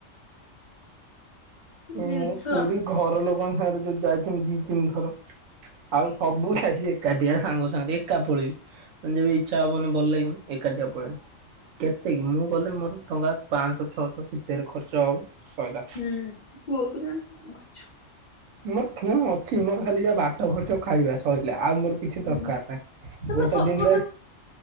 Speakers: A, on the left; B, on the right.
A: ସବୁ
B: ମୁଁ
A: ଜିନିଷ
B: ପୁରୀ ଘର ଲୋକଙ୍କ ସାଙ୍ଗେରେ ଯୋଉ ଯାଇଥିନି ଦି ତିନି ଥର। ଆଉ ସବୁ ଛାଏ ସିଏ। ଏକାଟିଆ ସାଙ୍ଗ ସାଙ୍ଗ ଏକା ପଳେଇ ମାନେ ଯେବେ ଇଚ୍ଛା ହବ ମାନେ ଭଲ ଲାଗିବ ଏକାଧିଆ ପଳେଇ କେତେକି ମୁଁ ଗଲେ ମୋର ଟଙ୍କା ପାଁସ ଛଅଶ ଭିତରେ ଖର୍ଚ୍ଚ ହବ ଶଇଲା।
A: ହୁଁ ପୁଅକୁ <unintelligible> କରୁଛୁ।
B: ମୋର ଖଣ ଅଛି ମୋର ଖାଲି ଯାହା ବାଟ ଖର୍ଚ ଖାଇବା ସଇଲା ଆଉ ମୋର କିଛି
A: ହୁଁ।
B: ଦରକାର ନାହିଁ
A: ତମେ
B: ଗୋଟେ
A: ସବୁ
B: ଦିନରେ।